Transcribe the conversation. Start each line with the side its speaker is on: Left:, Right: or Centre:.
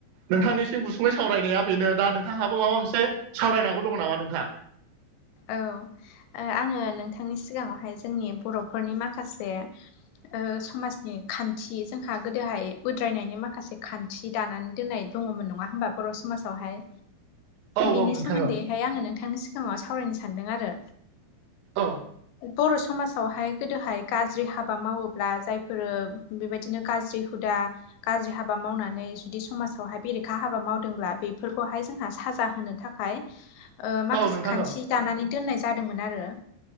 Right: नोंथांनिसिम गुसुंङै सावरायनाया बेनो दा नोंथांहाबो माबा मोनसे सावरायनांगौ दङ नामा नोंथाङां?
Left: औ आङो नोंथांनि सिगाङावहाय जोंनि बर'फोरनि माखासे ओ समाज खान्थि जोंहा गोदोहाय उद्रायनायनि माखासे खान्थि थि दानानै दोननाय दङमोन नङा होमबा बर' समाजावहाय
Right: औ
Left: बिनि
Right: औ नोंथां
Left: सोमोन्दैहाय
Right: औ
Left: आङो नोंथांनि सिगाङाव सावरायनो सानदों आरो
Right: औ
Left: बर' समाज फ्रावहाय गोदोहाय गाज्रि हाबा मावोब्ला जायफोरो बेबायदिनो गाज्रि हुदा गाज्रि हाबा मावनानै जुदि समाजावहाय बेरेखा हाबा मावदोंब्ला बेफोरखौहाय जोंहा साजा होनो थाखाय माखासे
Right: औ नोंथां
Left: खाथ्नि
Right: औ
Left: दानानै दोननाय जादोंमोन आरो